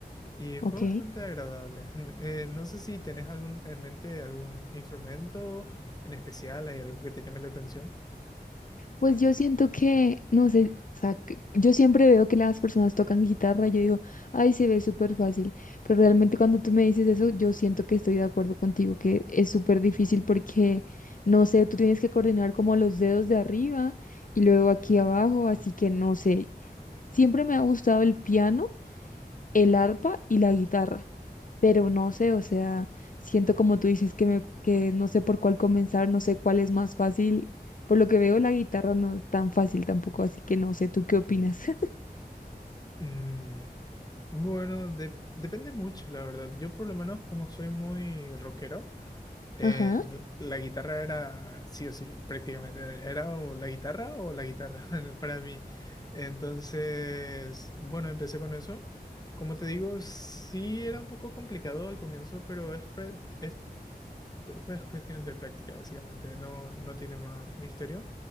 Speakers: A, on the left; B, on the left.
A: y
B: ok.
A: fue bastante agradable. <laughs> Eh, no sé si tenés algún, en mente algún instrumento en especial, hay algo que te llame la atención.
B: Pues yo siento que, no sé, o sea, que- yo siempre veo que las personas tocan guitarra y yo digo, ay, se ve súper fácil, pero realmente cuando tú me dices eso, yo siento que estoy de acuerdo contigo, que es súper difícil porque, no sé, tú tienes que coordinar como los dedos de arriba y luego aquí abajo, así que no sé, siempre me ha gustado el piano. el arpa y la guitarra. Pero no sé, o sea, siento como tú dices que me, que no sé por cuál comenzar, no sé cuál es más fácil. Por lo que veo, la guitarra no es tan fácil tampoco, así que no sé, ¿tú qué opinas? <laughs>
A: Mm, bueno, de- depende mucho, la verdad. Yo por lo menos como soy muy rockero, Eh,
B: Ajá,
A: la guitarra era sí o sí, prácticamente. Era o la guitarra o la guitarra <laughs> para mí. Entonces, bueno, empecé con eso. Como te digo, sí era un poco complicado al comienzo, pero es, prácti- es, es cuestión de práctica, básicamente. No, no tiene más misterio.